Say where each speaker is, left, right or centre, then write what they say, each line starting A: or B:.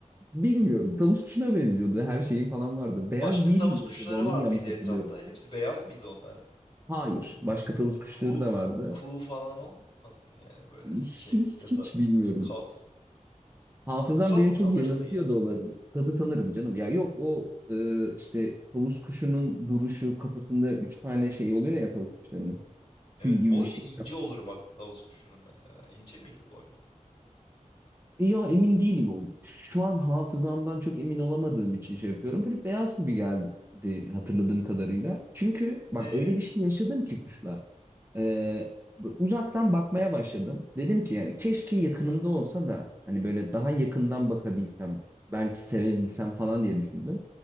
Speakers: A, on the right (about 15°); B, on the left (about 45°).
A: bilmiyorum tavuk kuşuna benziyordu her şeyi falan vardı. Beyaz
B: Başka
A: değil
B: tavus
A: miydi
B: kuşları
A: acaba onu
B: var
A: mu yanlış
B: mıydı
A: hatırlıyorum?
B: etrafta? Hepsi beyaz mıydı onlar?
A: Hayır başka tavuk kuşları
B: Ku,
A: da vardı.
B: ku falan olmasın yani böyle
A: Hiç,
B: şey ya
A: hiç
B: da
A: bilmiyorum.
B: kaz.
A: Hafızam
B: Kazı
A: beni çok
B: tanırsın
A: yanıltıyor
B: ya.
A: da olabilir. Kazı tanırım canım.
B: Hı.
A: Ya yok o e, işte tavus kuşunun duruşu kafasında üç tane şey oluyor ya tavus kuşlarının. Tüy
B: Evet,
A: gibi
B: boynu
A: bir şey.
B: ince olur bak tavus kuşunun mesela. İnce miydi boynu?
A: E ya emin değilim. o. Şu an hafızamdan çok emin olamadığım için şey yapıyorum. Böyle beyaz gibi geldi hatırladığım kadarıyla. Çünkü bak
B: E,
A: öyle bir şey yaşadım ki kuşla. Ee, bu- uzaktan bakmaya başladım. Dedim ki yani keşke yakınımda olsa da hani böyle daha yakından bakabilsem, belki sevebilsem falan diye düşündüm.